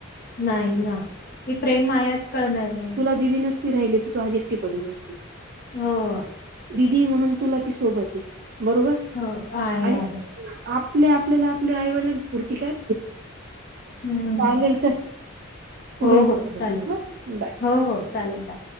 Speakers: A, on the left (about 50°); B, on the right (about 50°).
A: नाही ना ही प्रेम मायाच कळणार नाही.
B: दी नसती राहिले तू तू आज एकटी पडली असते.
A: हो.
B: दिदी म्हणून तुला ती सोबत आहे बरोबर.
A: हो आहे
B: आणि
A: आहे.
B: आपल्या आपल्याला आपल्या आईवडिलांची पुढची काय.
A: हम्म
B: चालेल च
A: हो
B: ह
A: हो चालेल
B: बाय.
A: हो हो चालेल का.